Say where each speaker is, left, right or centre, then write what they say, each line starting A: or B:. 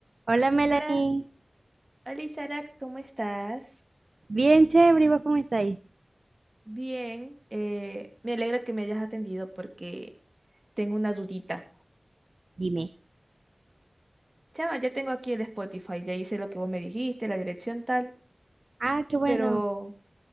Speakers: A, on the right (about 65°); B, on the right (about 25°).
A: Hola Melanie,
B: Hola, hola Sara, ¿cómo estás?
A: bien chévere, ¿y vos cómo estáis?
B: Bien, eh, me alegra que me hayas atendido porque tengo una dudita.
A: Dime.
B: Chama, ya tengo aquí el Spotify, ya hice lo que vos me dijiste, la dirección tal,
A: Ah, qué bueno.
B: pero